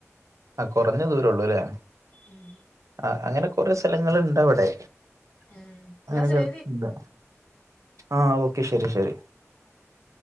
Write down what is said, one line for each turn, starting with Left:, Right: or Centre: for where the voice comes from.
Right: ആ കൊറഞ്ഞ ദൂരൊള്ളൂലേ?
Left: ഉം
Right: ആഹ് അങ്ങനെ കൊറെ സ്ഥലങ്ങള്ണ്ടവിടെ
Left: ഉം എന്നാ
Right: അങ്ങനെക്കെണ്ട്.
Left: ശരി
Right: ആഹ് ഓക്കെ ശെരി ശെരി.
Left: <inaudible>